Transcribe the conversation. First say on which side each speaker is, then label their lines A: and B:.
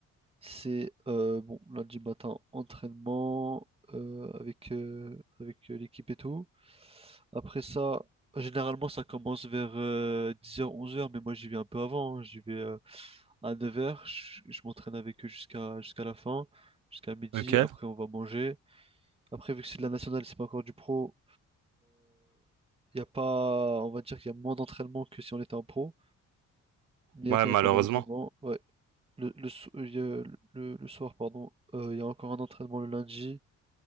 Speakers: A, on the right; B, on the right.
A: c'est euh, bon, lundi matin, entraînement euh, avec, euh, avec euh, l'équipe et tout. Après ça, généralement, ça commence vers euh, dix heures onze heures mais moi, j'y vais un peu avant. hein. J'y vais euh, à 9 heures je, je m'entraîne avec eux jusqu'à jusqu'à la fin, jusqu'à midi.
B: ok.
A: Après, on va manger. Après, vu que c'est de la nationale, c'est pas encore du pro, il y a pas, on va dire qu'il y a moins d'entraînement que si on était en pro. Mais il
B: Ouais,
A: y a quand
B: malheureusement.
A: même pas mal d'entraînements. Ouais. Le, le, so- euh, il y a le, le- le soir, pardon, euh, il y a encore un entraînement le lundi.